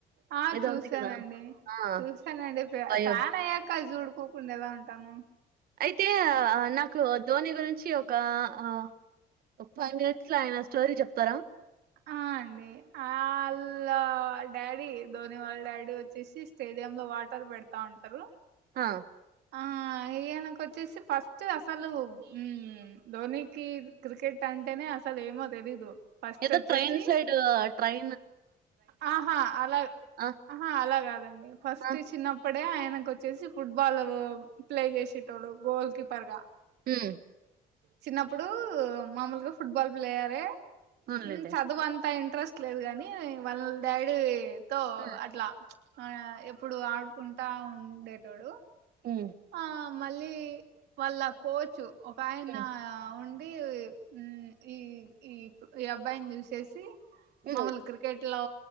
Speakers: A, on the right; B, on the right.
A: ఆ
B: ఏదో
A: చూసానండి
B: ఉంది కదా ఆ
A: చూసానండి
B: అయ్యో
A: ఫ్యాన్ అయ్యాక చూడు క్కకుండా ఎలా ఉంటాము
B: అయితే నాకు ధోని గురించి ఒక ఆ ఒక ఫైవ్ మినిట్స్ లో ఆయన స్టోరీ చెప్తారా
A: ఆ అండి వా వాళ్ళ డాడీ ధోని వాళ్ళ డాడీ వచ్చేసి స్టేడియ లో వాటర్ పెడతా ఉంటారు
B: ఆ
A: ఆ ఈయనకు వచ్చేసి ఫస్ట్ అసలు ఉ ధోనికి క్రికెట్ అంటేనే అసలు ఏమో తెలీదు ఫస్ట్
B: ఏదో
A: వచ్చేసి
B: ట్రైన్ సైడ్ ట్రై
A: ఆహా అలా
B: ఆ
A: ఆహా అలా కాదండి ఫస్ట్
B: ఆ
A: చిన్నప్పటి అంటే ఆయనకు వచ్చేసి ఫుట్బాల్ ప్లే చేసేటోడు గోల్ కీపర్ గా
B: ఉమ్
A: చిన్నప్పుడు మామూలుగా ఫుట్బాల్ ప్లేయారే
B: అవునులేండి
A: ఉమ్ చదువు అంతా ఇం ఇంట్రెస్ట్ లేదు కాగాని వాళ్ళ డాడీ తో
B: ఉమ్
A: అట్లా మన ఎప్పుడు ఆడుకుంటా ఉండేటోడు
B: ఉమ్
A: ఆ మళ్ళీ వాళ్ళ కోచ్ ఒక ఆయనా
B: ఉమ్
A: ఉ అ ఉమ్ ఈ ఈ ఈ అబ్బాయిని చూసేసి
B: ఉమ్
A: మాములు క్రికెట్ ఇట్లా